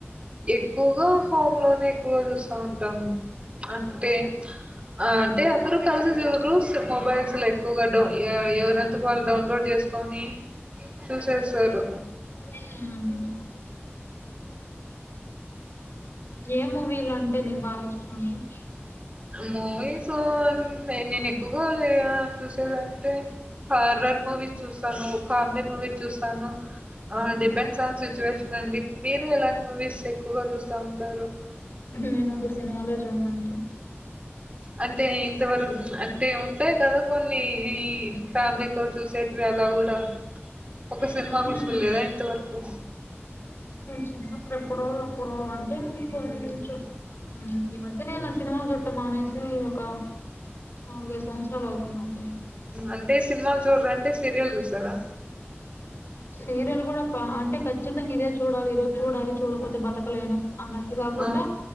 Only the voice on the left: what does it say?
<inaudible>
ఉ ఏ మూవీలు అంటే మీకు బాగా ఇష్టం అండి
మ్మ్.
నేను అసలు సినిమాలే చూడను అండి
మ్మ్.
చిన్నప్పుడు ఎప్పుడో అప్పుడు అంటే కొంచెం ఈ మధ్య నేను సినిమాలు చూడడం మానేసి ఒక నాలుగైదు సంవత్సరాలు అవుతుందండి
సీరియల్ కూడా అంటే ఖచ్చితంగా ఇదే చూడలి ఈరోజు చూడాలి చూడపోతే బతకలేను అన్నట్టు కాకుండా